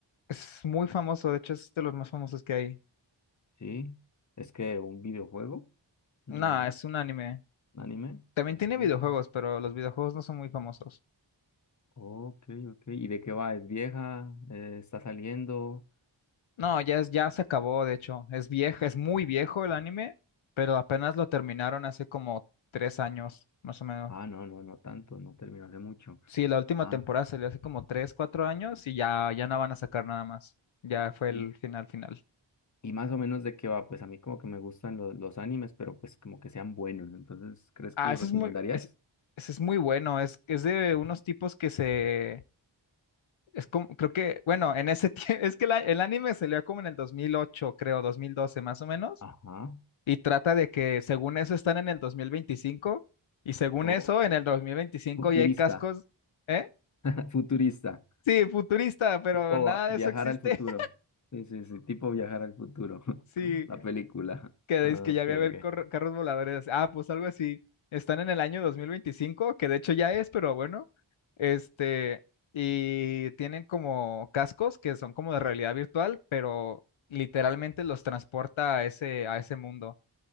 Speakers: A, on the left (about 80°); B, on the left (about 40°).
A: es muy famoso, de hecho es de los más famosos que hay.
B: ¿Sí? ¿Es que un videojuego? ¿Una-
A: No, es un anime.
B: ¿Un anime?
A: También tiene
B: Ujú.
A: videojuegos, pero los videojuegos no son muy famosos.
B: Ok, ok. ¿Y de qué va? ¿Es vieja? Eh, ¿está saliendo?
A: No, ya, es- ya se acabó, de hecho. Es viejo, es muy viejo el anime, pero apenas lo terminaron hace como tres años, más o menos.
B: Ah, no, no, no tanto, no terminó hace mucho.
A: Sí, la última
B: Ah,
A: temporada salió hace como tres, cuatro años y ya, ya no van a sacar nada más. Ya fue
B: y,
A: el final final.
B: y más o menos de qué va, pues a mí como que me gustan los, los animes, pero pues como que sean buenos. Entonces, ¿crees
A: Ah,
B: que lo
A: ese
B: recomendarías?
A: es muy, es, ese es muy bueno. Es, es de unos tipos que se, es como, creo que, bueno, en ese tiempo, <laughs> es que la- el anime salió como en el 2008, creo, 2012 más o menos,
B: Ajá.
A: y trata de que según eso están en el 2025 y según
B: O
A: eso en el 2025
B: futurista,
A: ya hay cascos, ¿eh?
B: <laughs> futurista.
A: Sí, futurista, pero
B: Tipo
A: nada
B: va-
A: de
B: viajar
A: eso existe.
B: al futuro.
A: <laughs>
B: Sí, sí, sí, tipo viajar al futuro.
A: Sí.
B: <laughs> La película.
A: que dice
B: Ah,
A: que
B: ok,
A: ya va a haber
B: ok.
A: corro- carros voladores. Ah, pues algo así. Están en el año 2025 que de hecho ya es, pero bueno. Este, y tienen como cascos que son como de realidad virtual, pero literalmente los transporta a ese, a ese mundo,